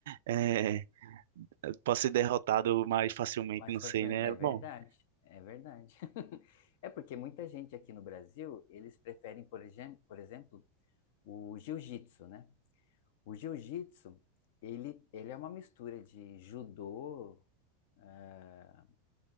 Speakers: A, on the right; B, on the left.
A: é, pode ser derrotado mais facilmente,
B: Mas
A: não
B: facilmente-
A: sei, né?
B: é verdade,
A: Bom,
B: é verdade. <laughs> É porque muita gente aqui no Brasil, eles preferem, por exem- por exemplo, o jiu-jitsu, né? O jiu-jitsu, ele, ele é uma mistura de judô. eh,